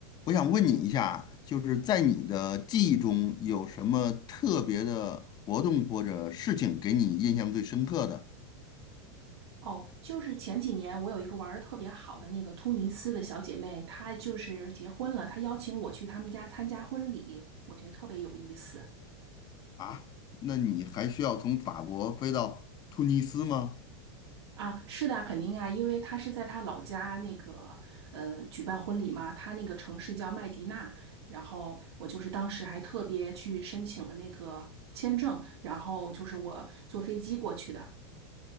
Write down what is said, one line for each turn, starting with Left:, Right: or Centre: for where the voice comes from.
Left: 我想问你一下，就是在你的记忆中有什么特别的活动或者事情给你印象最深刻的
Right: 哦，就是前几年我有一个玩的特别好的那个突尼斯的小姐妹，她就是结婚了，她邀请我去他们家参加婚礼，我觉得特别有意思
Left: 啊？那你还需要从法国飞到突尼斯吗？
Right: 啊。是的，肯定啊，因为她是在她老家那个呃举办婚礼嘛，她那个城市叫麦迪娜，然后我就是当时还特别去申请了那个签证，然后就是我坐飞机过去的。